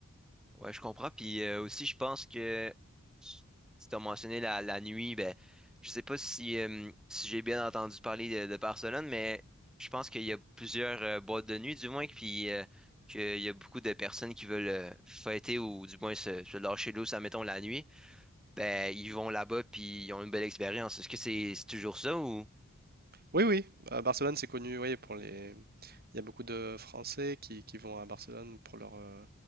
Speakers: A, in the centre; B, on the right.
A: Ouais, je comprends. Puis euh, aussi, je pense que si tu as mentionné la, la nuit, ben, je sais pas si, euh, si j'ai bien entendu parler de, de Barcelone, mais je pense qu'il y a plusieurs euh, boîtes de nuit, du moins, puis euh, qu'il y a beaucoup de personnes qui veulent euh, fêter ou du moins se, se lâcher l'eau, ça mettons la nuit. Ben, ils vont là-bas, puis ils ont une belle expérience. Est-ce que c'est c'est toujours ça ou?
B: Oui, oui, à Barcelone, c'est connu, oui, pour les... Il y a beaucoup de Français qui, qui vont à Barcelone pour leur, euh,